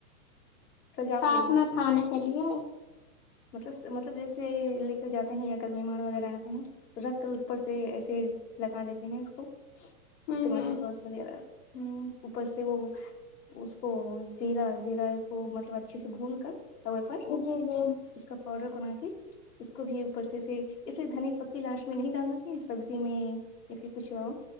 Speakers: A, on the left (about 80°); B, on the left (about 45°).
A: سجاؤ
B: ساتھ
A: کے لیے
B: میں کھانے کے لیے
A: مطلب مطلب جیسے لے کر جاتے ہیں یا اگر مہمان وغیرہ آتے ہیں رکھ کر اس اپر سے ایسے لگا دیتے ہیں اس کو
B: ہوں
A: ٹمیٹو
B: ہوں
A: سوس وغیرہ ہمم اپر سے وہ اس کو زیرہ زیرہ کو مطلب اچھے سے بھون کر توے پر
B: جی جی
A: اس کا پاؤڈر بنا کے اس کو بھی اوپر سے اسے دھنیا پتی لاشٹ میں نہیں ڈالنی چاہئے سبزی میں یا فیر کچھ ہو